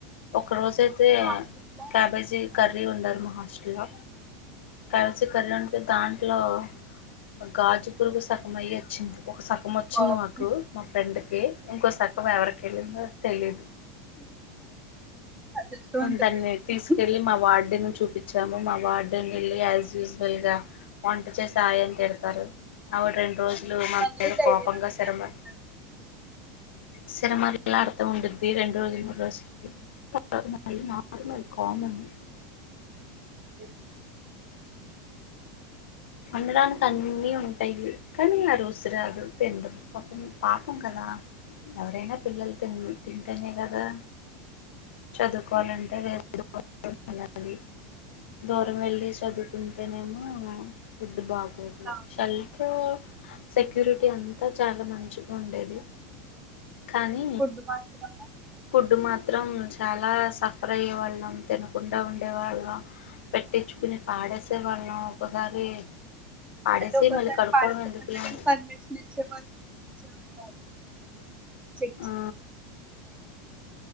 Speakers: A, on the left; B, on the right.
A: ఒక రోజు అయితే
B: హాస్టల్లో
A: క్యాబేజీ కర్రీ ఉండరు మా హాస్టల్లో క్యాబేజీ కర్రీ ఉంటే దాంట్లో. ఒక గాజు పురుగు సాన్నమయి వచ్చింది. ఒక సగం వచ్చింది
B: బాబోయ్
A: మాకు మా ఫ్రెండ్కి ఇంకో సగం ఎవరికి వెళ్ళిందో. తెలీదు
B: అదృష్టవంతులు
A: ఉదాన్ని
B: వెళ్ళినాము
A: తీసుకెళ్ళి మా వార్డెన్ చూపించాము మా వార్డెన్. వెళ్ళి యాస్ యూజుల్ గా వంట చేస్. సాయం తిడతారు అవుడు రెండు రోజులు ఇంట్లో మా
B: మళ్ళీ
A: మీద
B: డైలీ
A: కోపంగా
B: రొటీన్
A: శరమ.
B: అనుకుంటాను
A: సిరమరిలా అర్త ఉండడుది రెం రోజు మూడు రోజు అవి ఆనీ నార్మల్ కామన్.
B: <inaudible>
A: అండ రన్ అన్నీ ఉంటాయి కానీ ఆ రోజు. రాదు తిందు పపం పాపం కదా ఎవరైనా పిల్లలు తి తింటేనే కదా చదువుకోవాలంటే వేరే దూరం వెళ్ళాలి దూరం వెళ్ళి చదువుకుంటేనేమో. ఫుడ్ బాగు ఒకే
B: హాస్టల్
A: షల్తో సెక్యూరిటీ అంతా చాలా మంచిగా ఉండేది. కానీ
B: ఫుడ్ మాత్రమే
A: ఫుడ్ మాత్రం చె చాలా సఫర్ అయ్యే వాళ్ళం తినకుండా ఉండేవాళ్ళం పెట్టించుకుని పాడేసే వాళ్ళం ఒకసారీ. పాడేసి
B: ఒక్కోసారి
A: మళ్ళీ కడుక్కోవడం
B: పాడేద్దామన్నా
A: ఎందుకులే
B: కానీ
A: అని
B: పర్మిషన్ ఇచ్చేవారు <inaudible>
A: ఆ